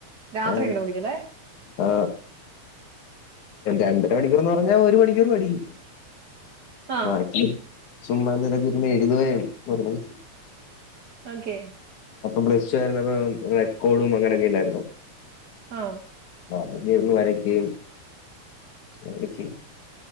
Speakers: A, on the right; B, on the left.
A: രാത്രി
B: ആ
A: ഇരുന്ന് പഠിക്കുല്ലേ
B: ആ രണ്ടര മണിക്കൂർന്ന് പറഞ്ഞാ ഒരു മണിക്കൂർ പഠിക്കും
A: ആ
B: ബാക്കി ചുമ്മാ തിരുന്ന് എഴുതുകയാണ് <unintelligible>
A: ഓക്കെ
B: പ്ലസ് ടു ആയിരുന്നപ്പം റെകോഡും അങ്ങനെയൊക്കെ ഇണ്ടായിരുന്നു
A: ആ
B: പുതിയതൊന്ന് വരക്കുകയും <unintelligible> ചെയ്യും